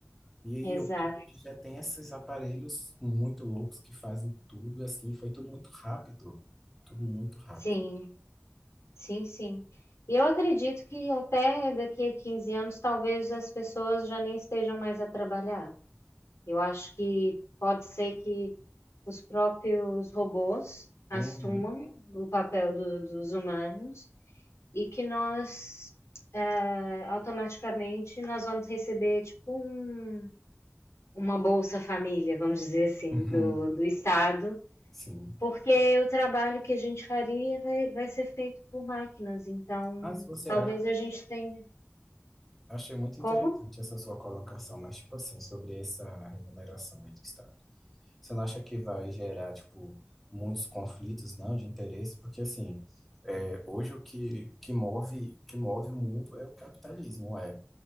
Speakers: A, in the centre; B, on the left.
A: E aí
B: exato.
A: hoje a gente já tem esses aparelhos muito loucos que fazem tudo assim, foi tudo muito rápido, tudo muito rápido.
B: Sim. Sim, sim. E eu acredito que até daqui a 15 anos, talvez as pessoas já nem estejam mais a trabalhar. Eu acho que pode ser que os próprios robôs assumam
A: Uhum. <laughs>
B: o papel do- dos humanos e que nós, eh, automaticamente, nós vamos receber, tipo, um- uma Bolsa Família, vamos dizer assim,
A: Uhum.
B: do, do Estado,
A: Sim.
B: porque o trabalho que a gente faria vai, vai ser feito por máquinas, então
A: Mas você
B: talvez
A: acha,
B: a gente tenha.
A: achei muito interessante
B: Como?
A: essa sua colocação, mas tipo assim, sobre essa remuneração aí do Estado. Você não acha que vai gerar, tipo, muitos conflitos, não, de interesse? Porque assim, é, hoje o que, que move, o que move o mundo é o capitalismo, é.